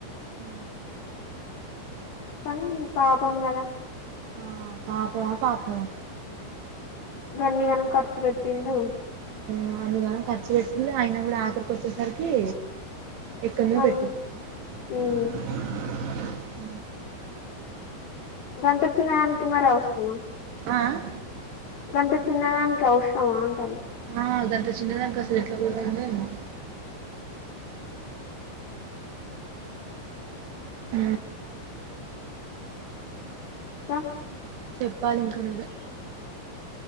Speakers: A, on the right (about 65°); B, on the left (about 55°).
A: ఉ
B: కానీ పాపం గద
A: ఆ పాపమ పాపమ
B: గన్నయనమ్ ఖర్చు పెట్టిండు
A: ఉమ్ అందుగాన ఖర్చు పెట్టింది ఆయన కూడా ఆ ఇక్కడికి వచ్చేసరికి ఎక్కడ్నో
B: మళ్ళ
A: పెట్టి
B: ఉమ్
A: అ <unintelligible>
B: గంట చినానికి మరి అవసరమ
A: ఆ ఆ
B: గంత చిన్నదానికి అవసరమా అంటంది
A: ఆ దానిట్ చిన్నదాక అసలు ఎట్లా కూడా ఏందేమో ఉ
B: క
A: చెప్పాలి ఇంక నువ్వే